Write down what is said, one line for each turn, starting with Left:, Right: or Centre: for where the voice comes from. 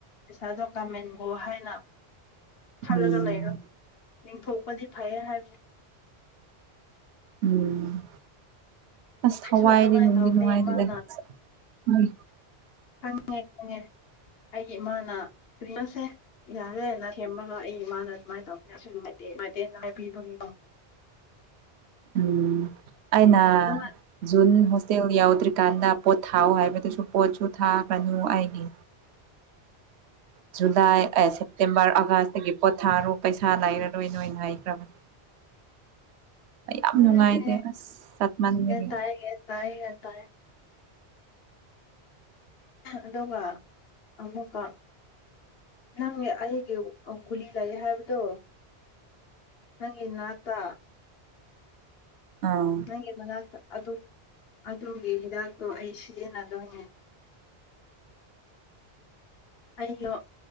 Left: ꯄꯩꯁꯥꯗꯣ ꯀꯥꯃꯦꯟꯒꯣ ꯍꯥꯏꯅ ꯈꯜꯂꯒ
Right: ꯎꯝ
Left: ꯂꯩꯔꯣ ꯌꯦꯡꯊꯣꯛꯄꯗꯤ ꯐꯩꯌꯦ ꯍꯥꯏꯕꯅꯤ
Right: ꯎꯝ ꯑꯁ ꯊꯋꯥꯏꯗꯤ
Left: ꯑꯩꯁꯨ ꯑꯗꯨꯃꯥꯏꯅ
Right: ꯅꯨꯡꯗꯤ
Left: ꯇꯧꯅꯦ
Right: ꯅꯨꯡꯉꯥꯏꯇꯦꯗ
Left: ꯏꯃꯥꯅ
Right: ꯎꯝ
Left: ꯈꯪꯉꯦ ꯈꯪꯉꯦ ꯑꯩꯒꯤ ꯏꯃꯥꯅ ꯄꯔꯤꯅꯣꯁꯦ ꯌꯥꯔꯦꯅ ꯊꯦꯝꯃꯒ ꯑꯩ ꯏꯃꯥꯅ ꯑꯗꯨꯃꯥꯏꯅ ꯇꯧꯕꯅꯦ ꯑꯩꯁꯨ ꯅꯨꯡꯉꯥꯏꯇꯦ <unintelligible> ꯍꯥꯏꯕꯤꯕꯒꯤꯀꯣ
Right: ꯎꯝ ꯑꯩꯅꯥ
Left: ꯑꯗꯨꯒ
Right: ꯖꯨꯟ ꯖꯨꯟ ꯌꯧꯗ꯭ꯔꯤꯀꯥꯟꯗ ꯄꯣꯠ ꯊꯥꯑꯣ ꯍꯥꯏꯕꯗꯨꯁꯨ ꯄꯣꯠꯁꯨ ꯊꯥꯒꯅꯨ ꯑꯩꯒꯤ ꯖꯨꯂꯥꯏ ꯑꯦ ꯁꯦꯞꯇꯦꯝꯕꯔ ꯑꯥꯒꯁ ꯑꯩꯒꯤ ꯄꯣꯠ ꯊꯥꯔꯣ ꯄꯩꯁꯥ ꯂꯩꯔꯔꯣꯏ ꯅꯣꯏꯅ ꯍꯥꯏꯈ꯭ꯔꯕꯅꯤ ꯑꯩ ꯌꯥꯝ
Left: ꯑꯦ
Right: ꯅꯨꯡꯉꯥꯏꯇꯦ ꯑꯁ ꯆꯠꯃꯟꯕꯒꯤ
Left: ꯒ꯭ꯌꯥꯟ ꯇꯥꯏ ꯒ꯭ꯌꯥꯟ ꯇꯥꯏ ꯒ꯭ꯌꯥꯟ ꯇꯥꯏ ꯑꯗꯨꯒ ꯑꯃꯨꯛꯀ ꯅꯪ ꯑꯩꯒꯤ ꯑꯥ ꯒꯨꯂꯤ ꯂꯩꯌꯦ ꯍꯥꯏꯕꯗꯣ ꯅꯪꯒꯤ ꯅꯥꯛꯇꯥ
Right: ꯑꯥ
Left: ꯅꯪꯒꯤ ꯃꯅꯥꯛꯇ ꯑꯗꯣ ꯑꯗꯣ ꯍꯤꯗꯥꯛꯇꯣ ꯑꯩ ꯁꯤꯖꯤꯟꯅꯗꯣꯏꯅꯦ ꯑꯩꯗꯣ